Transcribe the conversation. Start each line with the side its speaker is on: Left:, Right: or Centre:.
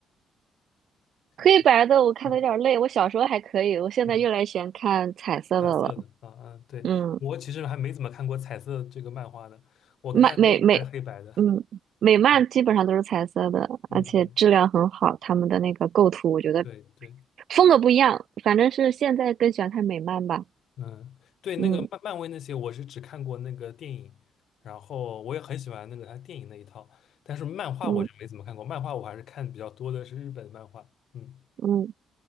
Right: 黑白的我看的有点累，
Left: 嗯嗯，
Right: 我小时候还可以，我现在越来越喜欢看彩色的了。
Left: 嗯彩色的，啊啊，对，
Right: 嗯，
Left: 我其实还没怎么看过彩色这个漫画的，我看都是还是黑白的，
Right: 漫美美，嗯，美漫基本上都是彩色的，
Left: 嗯嗯，
Right: 而且质量很好，
Left: 嗯
Right: 他们的那个构图我觉得
Left: 对对。
Right: 风格不一样，反正是现在更喜欢看美漫吧。
Left: 嗯，对，那个漫漫威那些，
Right: 嗯
Left: 我是只看过那个电影，然后我也很喜欢那个他电影那一套，但是漫画我就没怎么看过，
Right: 嗯
Left: 漫画我还是看比较多的是日本漫画。嗯，
Right: 嗯。